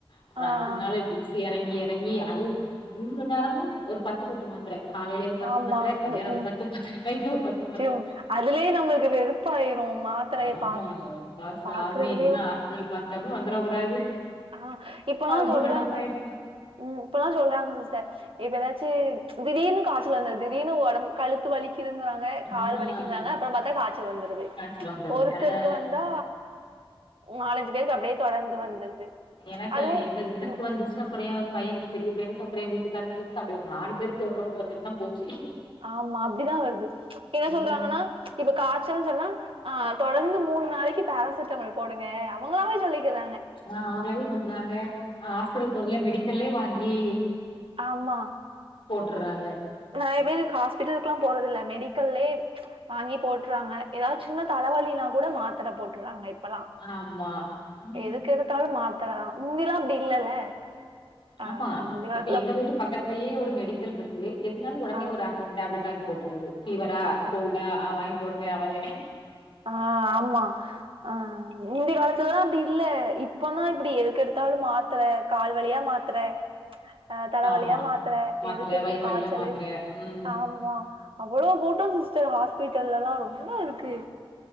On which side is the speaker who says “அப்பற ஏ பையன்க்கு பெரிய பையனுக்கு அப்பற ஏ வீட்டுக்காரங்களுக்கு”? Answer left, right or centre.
Left